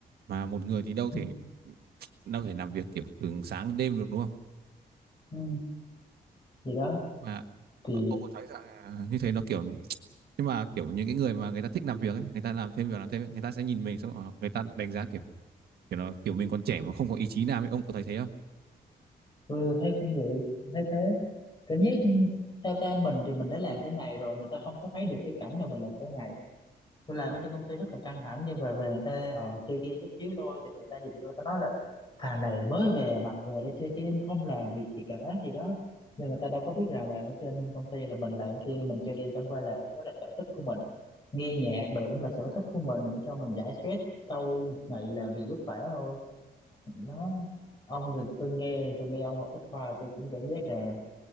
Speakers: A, on the right (about 75°); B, on the left (about 30°).
A: Mà một người thì đâu thể
B: ừ,
A: đâu thể làm việc kiểu từ sáng đến đêm được đúng không?
B: ừ. vậy đó
A: mà
B: thì
A: ờ, ông có thấy rằng ờ, như thế nó kiểu nhưng mà kiểu những cái người mà người ta thích làm việc ấy người ta làm thêm việc làm thêm ấy, người ta sẽ nhìn mình xong rồi người ta đánh giá kiểu kiểu là kiểu mình còn trẻ mà không có ý chí làm ấy ông có thấy thế không
B: tôi thấy cũng vậy thấy thế cảm giác theo ta mình thì mình đã làm cả ngày rồi người ta không có thấy được cái cảnh mà mình làm cả ngày tôi làm
A: Ờ,
B: ở trên công ty rất là căng thẳng nhưng về về người ta ờ, chơi game chút xíu thôi thì người ta nhìn vô ta nói là thằng này mới về mà về để chơi game không làm việc gì cả gì đó nhưng người ta đâu có biết rằng là ở trên công ty là mình làm kia mình chơi game chẳng qua là đó là sở thích của mình nghe nhạc đồ cũng là sở thích của mình để cho mình giải stress sau một ngày làm việc vất vả thôi nó ông thì tôi nghe tôi nghe ông học bách khoa tôi cũng cảm giác là